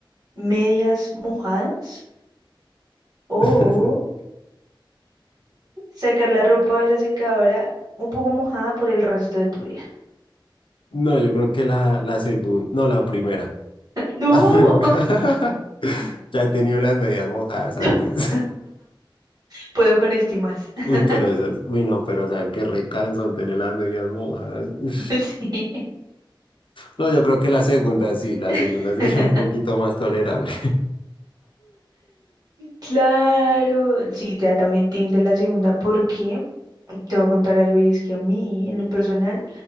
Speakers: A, on the right; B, on the left.
A: medias mojadas o
B: <laughs>
A: sacar la ropa de la secadora un poco mojada por el resto de tu vida?
B: No, yo creo que la, la segunda, no, la primera.
A: No,
B: La primera. <laughs> Ya he tenido las medias mojadas antes.
A: <laughs> puedo con esto y más.
B: <laughs>
A: <laughs>
B: Uy, pero esas, uy, no, pero sabes qué recanso tener las medias mojadas. Uy.
A: Sí.
B: No, yo creo que la segunda sí, la
A: <laughs>
B: segunda sí <laughs> es un poquito más tolerable.
A: Claro, sí, ya también team de la segunda, porque te voy a contar algo y es que a mí, en lo personal,